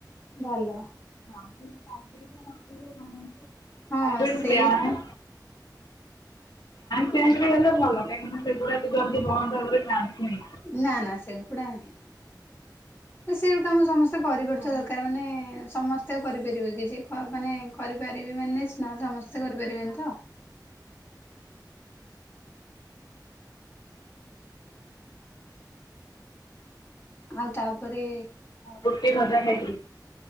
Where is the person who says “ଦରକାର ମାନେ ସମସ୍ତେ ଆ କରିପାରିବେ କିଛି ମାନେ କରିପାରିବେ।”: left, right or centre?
Left